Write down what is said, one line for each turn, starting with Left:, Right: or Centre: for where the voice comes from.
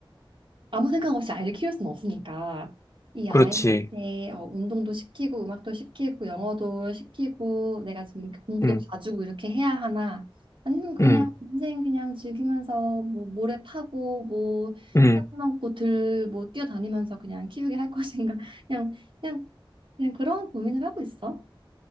Right: 아무 생각 없이 아이를 키울 수는 없으니까 이 아이한테
Left: 그렇지.
Right: 어, 운동도 시키고 음악도 시키고 영어도 시키고 내가 지금 이렇게 공부도
Left: 응,
Right: 봐주고 이렇게 해야 하나 아니면 그냥
Left: 응,
Right: 인생 그냥 즐기면서 뭐 모래 파고 뭐산
Left: 응,
Right: 넘고 들뭐 뛰어다니면서 그냥 키우게 할 것인가 <laughs> 그냥 그냥 그냥 그런 고민을 하고 있어.